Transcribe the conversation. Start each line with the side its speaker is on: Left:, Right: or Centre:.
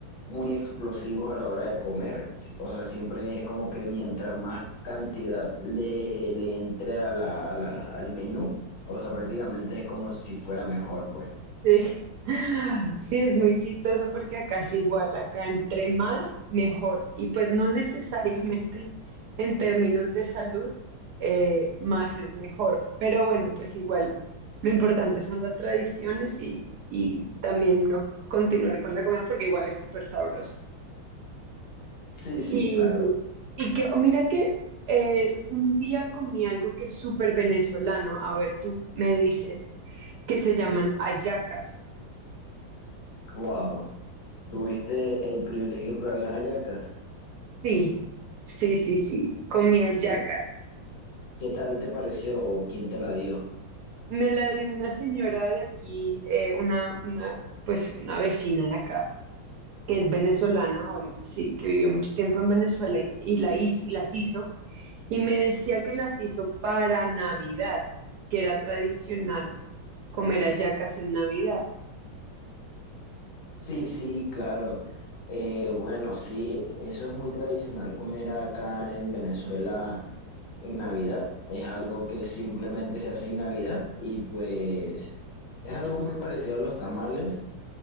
Left: muy explosivos a la hora de comer. Si- O sea, siempre es como que mientras más cantidad le, le entre a la, a la- al menú, o sea, prácticamente es como si fuera mejor, pues.
Right: Sí. Sí, es muy chistoso porque acá es igual, acá entre más, mejor. Y pues no necesariamente <laughs> en términos de salud, eh, más es mejor. Pero bueno, pues igual, lo importante son las tradiciones y, y también no continuar con la comida porque igual es súper sabrosa.
Left: Sí, sí,
Right: Y,
Left: claro.
Right: y que, mira que eh, un día comí algo que es súper venezolano, a ver, tú me dices, que se llaman hallacas.
Left: Wow. ¿Tuviste el privilegio de probar las hallacas?
Right: Sí, sí, sí, sí, comí hallacas.
Left: ¿Y, y qué tal te pareció o quién te la dio?
Right: Me la dio una señora de aquí, eh, una, una, pues una vecina de acá, que es venezolana, bueno, sí, que vivió mucho tiempo en Venezuela y, y la hiz- y las hizo, y me decía que las hizo para Navidad, que era tradicional comer hallacas en Navidad.
Left: Sí, sí, claro. Eh, bueno, sí, eso es muy tradicional comer acá en Venezuela en Navidad. Es algo que simplemente se hace en Navidad y pues es algo muy parecido a los tamales.